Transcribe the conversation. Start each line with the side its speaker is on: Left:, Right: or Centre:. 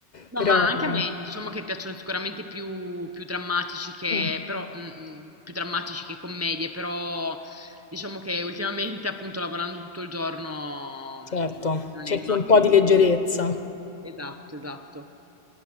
Right: No,
Left: Però,
Right: ma
Left: eh,
Right: anche a me diciamo che piacciono sicuramente più, più drammatici che,
Left: mm,
Right: però, mm, mm, più drammatici che commedie, però diciamo che ultimamente appunto lavorando tutto il giorno
Left: certo,
Right: mm, non
Left: cerchi
Right: è il massimo
Left: un po' di
Right: proprio.
Left: leggerezza.
Right: Esatto, esatto.